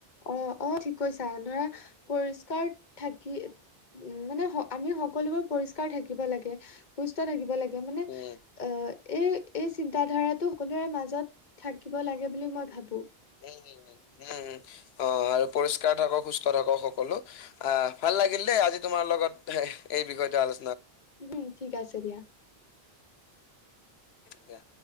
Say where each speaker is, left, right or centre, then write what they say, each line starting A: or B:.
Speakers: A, on the left; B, on the left.
A: অ অ ঠিক কৈছা ধৰা পৰিষ্কাৰ থাকি উ মানে আমি সকলোবোৰ পৰিষ্কাৰ থাকিব লাগে সুস্থ থাকিব লাগে মানে
B: উম
A: অ এই এই চিন্তাধাৰাটো সকলোৰে মাজত থাকিব লাগে বুলি মই ভাবোঁ
B: উম উম উম উম উম অ আৰু পৰিষ্কাৰ থাকক সুস্থ থাকক সকলো আহ ভাল ভাল লাগিল দেই আজি তোমাৰ লগত হ এই বিষয়টো আলো
A: উ হুম, ঠিক আছে দিয়া।
B: দিয়া।